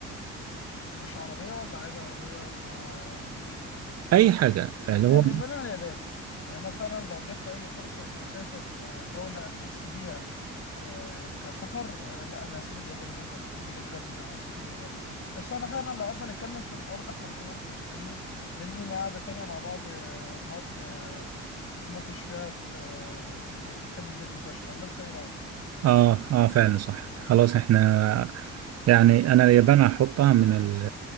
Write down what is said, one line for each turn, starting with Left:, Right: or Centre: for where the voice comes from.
Left: يعني مش عربيه ولا عادي عربيه مع اجنبي
Right: اي حاجة اللي هو
Left: انا بالنسبه لي انا اليابان يعني انا فعلا لو جات لي اي فرصه ان اسافر آه، دوله انا نفسي فيها آه، كسفر آه، لا انا هسافر اليابان جدا احب جدا اسافر اليابان بس انا فعلا لو قعدنا نتكلم في الحوار ده احنا مش هنخلص فاهمني ده لينا قعده تانيه مع بعض آه، نقعد ن- نتناقش فيها في آه، في- نكمل بيت نقاشنا ولا انت ايه رايك
Right: اه اه فعلا صح خلاص احنا يعني انا اليابان هحطها من ال